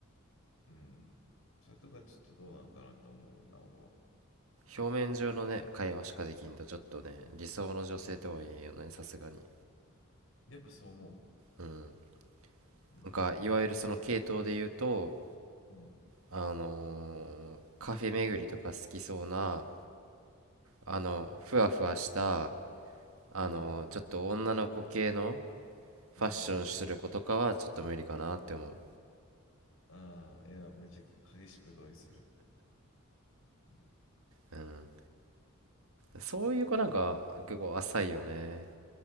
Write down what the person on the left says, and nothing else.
うん、それとかちょっとどうなのかなと思うな、俺は。
うん
やっぱそう思う。
うん、
うん、
うん、うん、
うん。ああ、いや、めちゃく激しく同意する。うん、